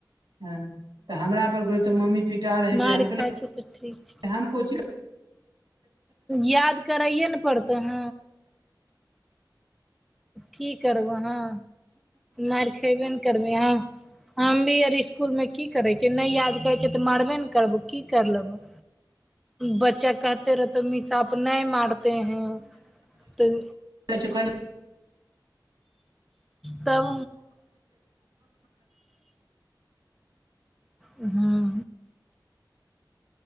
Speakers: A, on the right; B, in the centre.
A: ह तऽ हमरा पर गो तो मम्मी पिटा रहे
B: मार
A: हम क
B: खाइ छै तऽ ठीक छ
A: हम कोचि
B: याद करैए ने पड़तो न की करबै हाँ मारि खयबे ने करबह अहाँ हम भी अरी इसकुलमे की करै छियै नहि याद करै छियै तऽ मरबे ने करबौ की कर लेबै बच्चा कहते रहतेऽ मिसाप नहि मारते हैं तऽ
A: ले छ खाली
B: तब हं